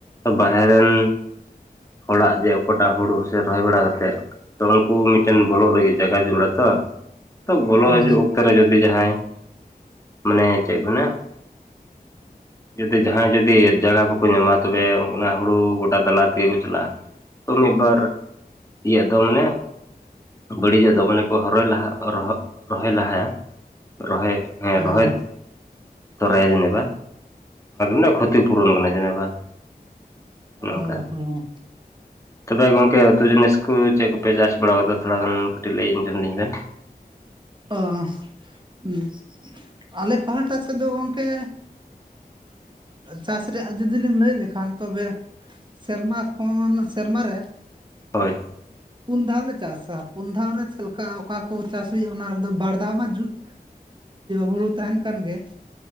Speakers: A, on the left; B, on the right.
A: ᱵᱟᱦᱚᱨᱮᱨᱮᱱ ᱦᱚᱲᱟᱜ ᱡᱮ ᱚᱠᱟᱴᱟᱜ ᱦᱩᱲᱩ ᱥᱮ ᱨᱚᱦᱚᱭ ᱵᱟᱲᱟ ᱠᱟᱛᱮᱫ ᱛᱚ ᱩᱱᱠᱩ ᱢᱤᱫᱴᱮᱱ ᱵᱷᱚᱞ ᱞᱟᱜᱮ ᱡᱟᱜᱜᱟ ᱡᱲᱟ ᱛᱚ ᱵᱚᱞᱚ
B: ᱦᱮᱸ
A: ᱦᱤᱡᱩᱜ
B: ᱦᱮᱸ
A: ᱚᱠᱛᱮᱚ ᱨᱮ ᱡᱩᱫᱤ ᱡᱟᱦᱟᱸᱭ ᱢᱟᱱᱮ ᱪᱮᱫ ᱠᱚ ᱢᱮᱱᱟ <inaudible> ᱡᱩᱫᱤ ᱡᱟᱦᱟᱸᱭ ᱡᱩᱫᱤ ᱮ ᱡᱟᱭᱜᱟ ᱵᱟᱠᱚ ᱧᱟᱢᱟ ᱛᱚᱵᱮ ᱚᱱᱟ ᱦᱩᱲᱩ ᱜᱚᱴᱟ ᱛᱟᱞᱟ ᱛᱮᱜᱮ ᱠᱚ ᱪᱟᱞᱟᱜᱼᱟ ᱾ ᱛᱚ ᱢᱤᱫ ᱵᱟᱨ ᱤᱭᱟᱹᱜ ᱫᱚ ᱢᱟᱱᱮ ᱵᱟᱹᱲᱤᱡᱚᱜ ᱫᱚ ᱢᱟᱱᱮ ᱠᱚ ᱨᱚᱦᱚᱭ ᱞᱟᱦᱟᱜ᱾ ᱨᱚᱦᱚᱭ ᱞᱟᱦᱟᱭᱟ ᱨᱚᱦᱚᱭ ᱦ
B: ᱦᱮᱸ
A: ᱨᱚᱦᱚᱭ
B: ᱦᱮᱸ
A: ᱛᱚ ᱨᱟᱟᱭ ᱡᱮᱱᱮᱵᱟ ᱱᱚᱮ ᱠᱷᱛᱤ ᱯᱩᱨᱚᱱ ᱠᱟᱱᱟ ᱡᱮᱱᱮᱵᱟ ᱾ ᱚᱱᱝᱠᱟ
B: ᱚ ᱦᱚᱸ
A: ᱛᱚᱵᱮ ᱜᱚᱢᱠᱮ ᱩᱛᱩ ᱡᱤᱱᱤᱥ ᱠᱚ ᱪᱮᱫ ᱠᱚᱯᱮ ᱪᱟᱥ ᱵᱟᱲᱟ ᱠᱟᱫᱟ ᱛᱷᱚᱲᱟ ᱜᱟᱱ ᱠᱟᱹᱴᱤᱡ ᱞᱟᱹᱭ ᱟᱸᱡᱚᱢ ᱞᱤᱧ ᱵᱮᱱ ᱾
B: ᱟ. ᱦᱮᱸ ᱟᱞᱮ ᱯᱟᱦᱴᱟ ᱥᱮᱫ ᱫᱚ ᱜᱚᱝᱠᱮ ᱪᱟᱥ ᱨᱮᱭᱟᱜ ᱡᱩᱫᱤ ᱞᱤᱧ ᱞᱟᱹᱭ ᱞᱮᱠᱷᱟᱱ ᱛᱚᱵᱮ ᱥᱮᱨᱢᱟ ᱠᱷᱚᱱ ᱥᱮᱨᱢᱟ ᱨᱮ
A: ᱦᱚᱭ
B: ᱯᱩᱱ ᱫᱷᱟᱣᱞ ᱞᱮ ᱪᱟᱥᱟ ᱯᱩᱱ ᱫᱷᱟᱣ ᱨᱮ ᱪᱮᱫᱠᱟ ᱚᱠᱟ ᱠᱚ ᱪᱟᱥ ᱦᱩᱭᱩᱜᱼᱟ ᱚᱱᱟ ᱨᱮᱫᱚ ᱵᱟᱨ ᱫᱷᱟᱣ ᱢᱟ ᱡᱩᱛ ᱦᱩᱲᱩ ᱛᱟᱦᱮᱱ ᱠᱟᱱ ᱜᱮ